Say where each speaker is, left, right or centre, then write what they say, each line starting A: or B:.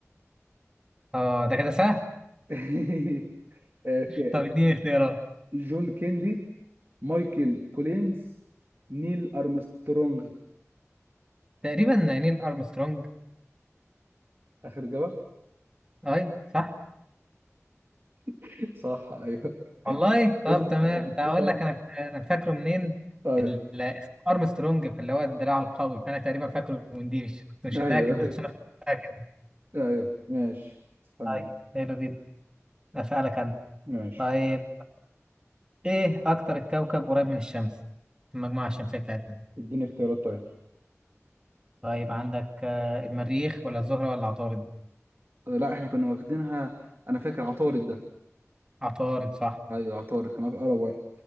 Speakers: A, on the right (about 15°); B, on the right (about 50°).
A: اه ده كده سهل
B: <laughs> آه، ك-
A: طب اديني اختيارات
B: جون كيندي مايكل كولينز نيل أرمسترونغ
A: تقريبا نيل ارمسترونج
B: آخر إجابة
A: اي صح
B: <laughs> صح أيوه
A: والله طب
B: إيه صح
A: تمام ده
B: إيه
A: اقول
B: صح
A: لك انا انا فاكره منين
B: أيوه
A: ال- اسم ارمسترونج فاللي هو الدراع القوي فانا تقريبا فاكره من دي مش كنت مش
B: أيوه
A: متاكد بس
B: <laughs> أيوه
A: انا كنت متاكد
B: أيوه ماشي استنى
A: طيب حلو جدا اسالك انا
B: ماشي
A: طيب ايه اكتر الكوكب قريب من الشمس في المجموعه الشمسيه بتاعتنا
B: اديني اختيارات طيب
A: طيب عندك آه، المريخ ولا الزهره ولا عطارد
B: لا احنا كنا واخدينها أنا فاكر عطارد ده
A: عطارد صح
B: أيوه عطارد كان أقرب واحد